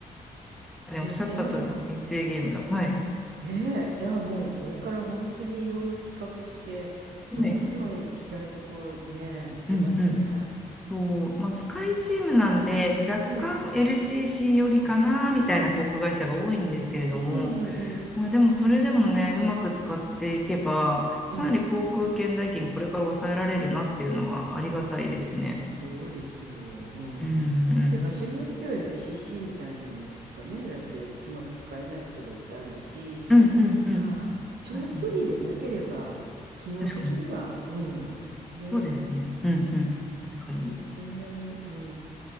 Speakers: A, in the centre; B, on the right.
A: ーね、
B: え、
A: おっしゃった通り、
B: じゃあ、
A: 人生ゲームだ。はい。
B: ねえ、じゃあもうこれから本当にいろいろ企画して、
A: はい。
B: どんどん行きたいところね、行けますね。
A: うんうん。そうまあ、スカイチームなんで若干
B: うん、
A: LCC よりかなみたいな航空会社が多いんですけれども、
B: うんうんうん
A: まあ、でもそれでもねうまく使っていけばかなり航空券代金これから抑えられるなっていうのはありがたいですね。
B: うん。そうですよ。うん。
A: うん
B: で、場所によっては LCC みたいなのしかね、だってつうまく使えないところだってあるし、
A: うんうんうんうん
B: ああ、長距離でなければ、
A: 確かに確かに
B: 機能的には、
A: 確かに
B: うん、ね、
A: そうですねうんうん確かに
B: いそんなに、うん、